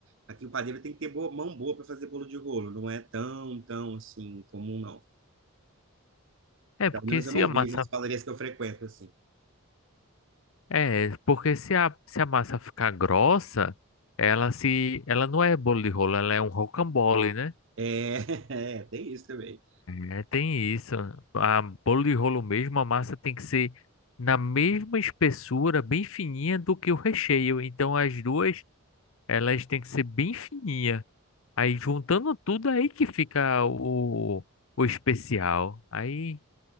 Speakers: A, on the right; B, on the left.
A: Aqui o padeiro tem que ter boa, mão boa para fazer bolo de rolo, não é tão, tão, assim, comum, não.
B: É
A: Pelo
B: porque
A: menos
B: se
A: eu não
B: a massa
A: vejo as padarias que eu frequento, assim.
B: É, porque se a, se a massa ficar grossa, ela se, ela não é bolo de rolo, ela é um rocambole, né?
A: É, <laughs> é, tem isso também.
B: É, tem isso. A bolo de rolo mesmo, a massa tem que ser na mesma espessura, bem fininha do que o recheio. Então as duas, elas têm que ser bem fininha. Aí juntando tudo aí que fica o, o especial. Aí